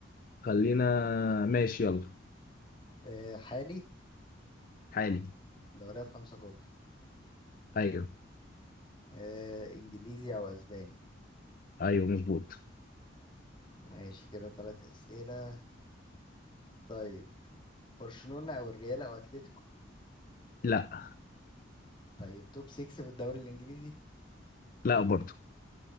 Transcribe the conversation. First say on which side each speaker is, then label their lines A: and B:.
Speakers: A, on the left; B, on the left.
A: خلينا ماشي يلا
B: آه حالي
A: حالي
B: دوريات خمسة كبرى
A: ايوه
B: آه إنجليزي أو أسباني
A: ايوه مظبوط
B: ماشي كده ثلاث أسئلة طيب برشلونة أو الريال أو أتلتيكو
A: لا
B: طيب توب 6 في الدوري الإنجليزي
A: لا برضو